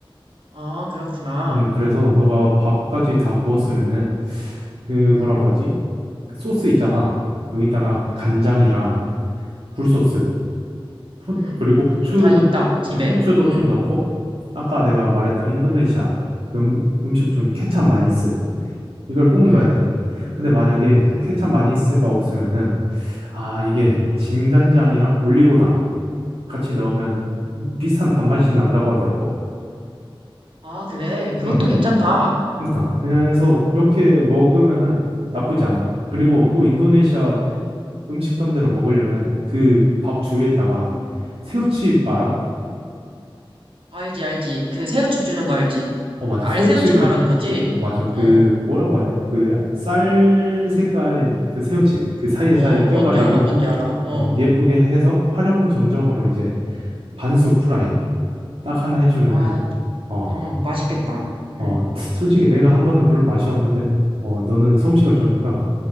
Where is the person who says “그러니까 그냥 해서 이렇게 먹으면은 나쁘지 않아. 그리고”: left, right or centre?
Right